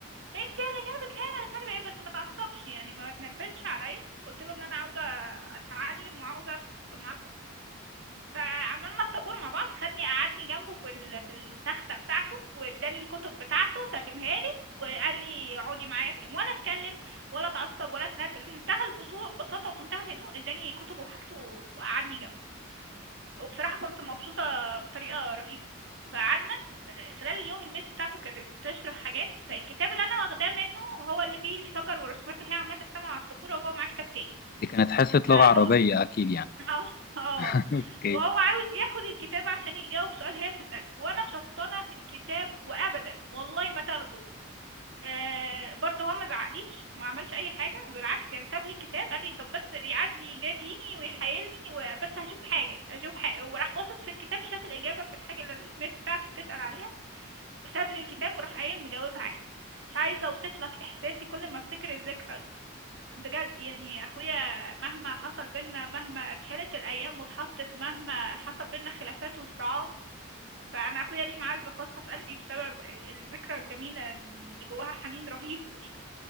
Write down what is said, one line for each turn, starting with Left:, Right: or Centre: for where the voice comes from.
Right: إيه، انت اللي جابك هنا مش عارفه ايه بس ما تعصبش يعني ما تنرفزش عليا قلت له ان انا عاوزه اتعلم وعاوزه ادخل معاه الفصل فعملنا الطابور مع بعض خدني قعدني جنبه في ال- في التخته بتاعته واداني الكتب بتاعته سلمها لي وقال لي اقعدي معايا في اليوم ولا اتكلم ولا اتعصب ولا اتنرفز منتهى البسو- البساطه ومنتهى الهدوء اداني كتبه وحاجته وقعدني جنبه وبصراحة كنت مبسوطة بطريقة رهيبة فقعدنا آه، خلال اليوم الميس بتاعته كانت بتشرح حاجات فالكتاب اللي انا واخداه منه هو اللي فيه الشجر والرسومات اللي هي عمالة ترسمها على السبورة وهو معاه كتاب تاني
Left: دي كانت حصة
Right: فهو
Left: لغة عربية
Right: <laughs>
Left: أكيد يعني
Right: اه اه
Left: <laughs> أوكي
Right: وهو عاوز ياخد الكتاب عشان يجاوب سؤال هي بتسأله وانا شبطانة في الكتاب وابدا والله ما تاخده آه برضه هو ما زعقليش وما عملش اي حاجه بالعكس يعني ساب لي الكتاب قال لي طب بس قعد يناديني ويحايلني وبس هشوف حاجه هشوف حاجه وراح باصص في الكتاب شاف الاجابه في الحاجه اللي الميس بتاعته بتسال عليها وساب لي الكتاب وراح قايم مجاوبها عادي مش عايزه اوصف لك احساسي كل ما افتكر الذكرى دي بجد يعني اخويا مهما حصل بينا مهما اتشالت الايام واتحطت مهما حصل بينا خلافات وصراعات فانا اخويا ليه معزه خاصه في قلبي بسبب الذكرى الجميله اللي جواها حنين رهيب دي